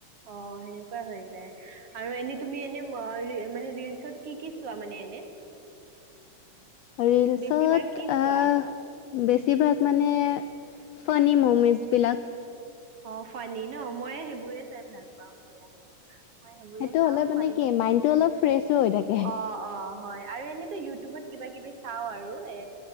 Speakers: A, on the right; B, on the left.
A: অঁ সেনেকুৱা হৈ যায় আৰু এনে তুমি এনে মানে ৰিলচত কি কি চোৱা মানে এনে।
B: ৰিলচত
A: বেছিভাগ কি চোৱা
B: আহ। বেছিভাগ মানে ফানি মুমেন্টচ বিলাক।
A: অঁ ফানী ন মই সেইবোৰে চাই ভাল পাও দিয়া। মই সেইবোৰে
B: সেইটো
A: চাওঁ
B: হ'লে মানে
A: ফানী
B: কি মাইডটো অলপ ফ্ৰেচো হৈ থাকে।
A: অ অ হয় আৰু এনেতো ইউটিউবত কিবা কিবি চাও আৰু এ